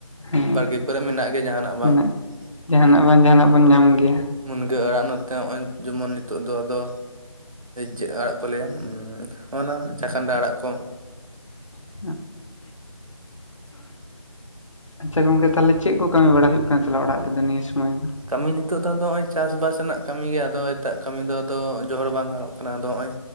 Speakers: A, on the left; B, on the right.
A: ᱦᱮᱸ
B: ᱵᱟᱲᱜᱮ ᱠᱚᱨᱮ ᱢᱮᱱᱟᱜ ᱜᱮ ᱡᱟᱦᱟᱱᱟᱜ ᱵᱟᱝ
A: ᱢᱮᱱᱟᱜ ᱡᱟᱦᱟᱱᱟᱜ
B: ᱦᱩᱸ
A: ᱵᱟᱝ ᱡᱟᱦᱟᱱᱟᱜ ᱵᱚᱱ ᱧᱟᱢ ᱜᱮᱭᱟ
B: ᱢᱩᱱᱜᱟᱹ ᱟᱲᱟᱜ ᱱᱚᱛᱮ ᱱᱚᱜᱼᱚᱭ ᱡᱮᱢᱚᱱ ᱱᱤᱛᱚᱜ ᱫᱚ ᱟᱫᱚ ᱪᱮᱫ ᱟᱲᱟᱜ ᱠᱚ ᱞᱟᱹᱭᱟ ᱚᱱᱟ ᱪᱷᱟᱠᱟᱱᱰᱟ ᱟᱲᱟᱜ ᱠᱚ
A: <unintelligible> ᱟᱪᱪᱷᱟ ᱜᱚᱝᱠᱮ ᱛᱟᱞᱦᱮ ᱪᱮᱫ ᱠᱚ ᱠᱟᱹᱢᱤ ᱵᱟᱲᱟ ᱦᱩᱭᱩᱜ ᱠᱟᱱᱟ ᱛᱟᱦᱞᱮ ᱚᱲᱟᱜ ᱨᱮᱫᱚ ᱱᱤᱭᱟᱹ ᱥᱚᱢᱚᱭ ᱫᱚ
B: ᱠᱟᱹᱢᱤ ᱱᱤᱛᱳᱜ ᱫᱚ ᱱᱚᱜᱚᱭ ᱪᱟᱥᱵᱟᱥ ᱨᱮᱱᱟᱜ ᱠᱟᱹᱢᱤ ᱜᱮ ᱟᱫᱚ ᱮᱴᱟᱜ ᱠᱟᱹᱢᱤ ᱫᱚ ᱟᱫᱚ ᱡᱚᱦᱚᱲ ᱵᱟᱝ ᱜᱟᱱᱚᱜ ᱠᱟᱱᱟ ᱟᱫᱚ ᱦᱚᱜᱼᱚᱭ